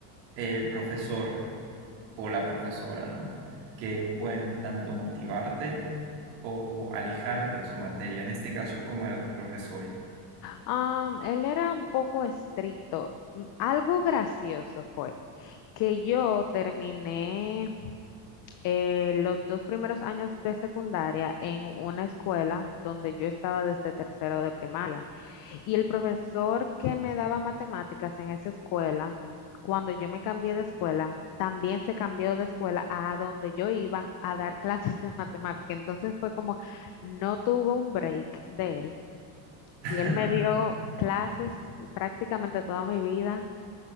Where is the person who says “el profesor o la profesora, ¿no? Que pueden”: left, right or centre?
Right